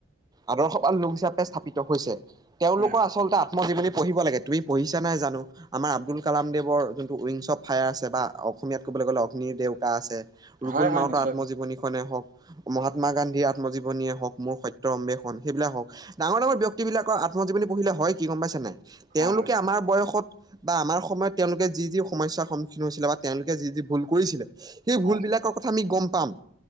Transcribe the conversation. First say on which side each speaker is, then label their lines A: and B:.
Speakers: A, on the right; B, on the right.
A: আদৰ্শবান লোক হিচাপে স্থাপিত হৈছে। তেওঁলোকৰ
B: হয় হয়
A: আচলতে আত্মজীৱনী পঢ়িব লাগে। তুমি পঢ়িছা নাই জানো? আমাৰ আব্দুল কালামদেৱৰ যোনটো উইংছ অৱ ফায়াৰ আছে বা অসমীয়াত ক'বলৈ গ'লে অগ্নিৰ দেউকা আছে। ৰুবুল
B: হয় হয়
A: মাউতৰ
B: নিশ্চয়
A: আত্মজীৱনী খনে হওঁক মহাত্মা গান্ধীৰ আত্মজীৱনীয়ে হওঁক, মোৰ সত্যৰ অম্বেষন সেইবিলাক হওঁক। ডাঙৰ ডাঙৰ ব্যক্তি বিলাকৰ আত্মজীৱনী পঢ়িলে হয় কি গম পাইছে নাই? তেওঁলোকে
B: হয় হয়
A: আমাৰ বয়সত বা আমাৰ সময়ত তেওঁলোকে যি যি সমস্যাৰ সন্মুখীন হৈছিলে বা তেওঁলোকে যি যি ভুল কৰিছিলে। সেই ভুলবিলাকৰ
B: হয়
A: কথা আমি গম পাম।